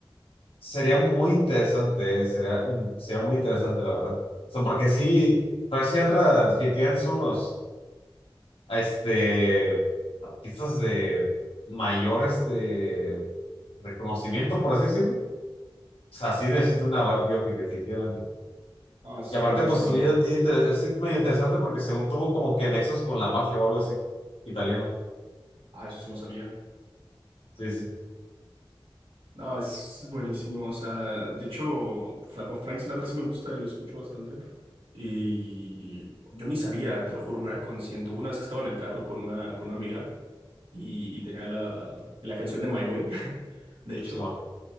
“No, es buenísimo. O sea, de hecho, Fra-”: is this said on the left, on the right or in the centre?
Right